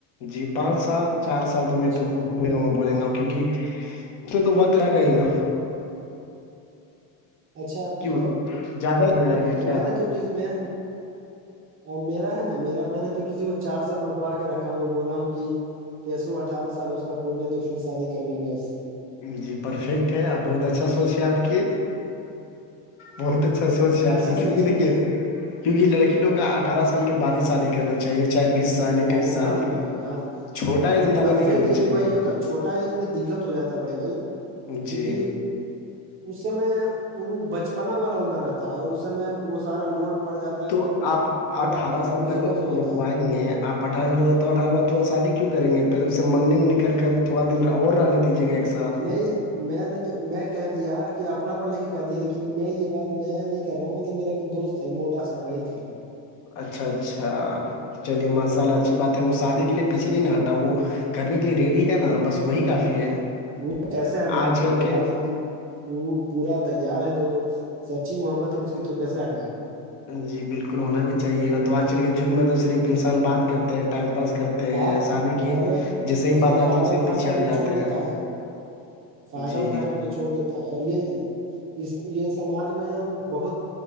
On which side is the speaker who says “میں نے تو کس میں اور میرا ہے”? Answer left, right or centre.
Right